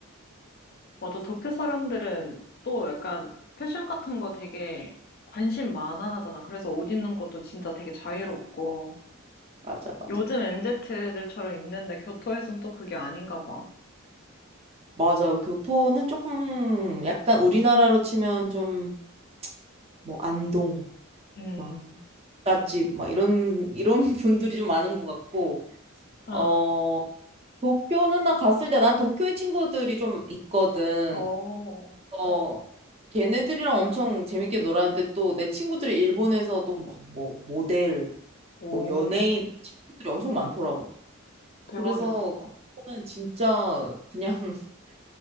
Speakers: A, on the left; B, on the right.
A: 맞아. 도쿄 사람들은 또 약간 패션 같은 거 되게 관심 많아 하잖아. 그래서 옷 입는 것도 진짜 되게 자유롭고.
B: 맞아, 맞아.
A: 요즘 MZ들처럼 입는데 교토에선 또 그게 아닌가 봐.
B: 맞아. 교토는 조금 약간 우리나라로 치면 좀 뭐 안동.
A: 음.
B: 막 갓집 막 이런 이런 <laughs> 분들이 좀 많은 것 같고
A: 어.
B: 어 도쿄는 난 갔을 때 난 도쿄의 친구들이 좀 있거든.
A: 어.
B: 어 걔네들이랑 엄청 재밌게 놀았는데 또 내 친구들이 일본에서 또 막 뭐 모델
A: 오.
B: 뭐 연예인 친구들이 엄청 많더라고.
A: 대박이다.
B: 그래서 거기는 진짜 그냥 <laughs>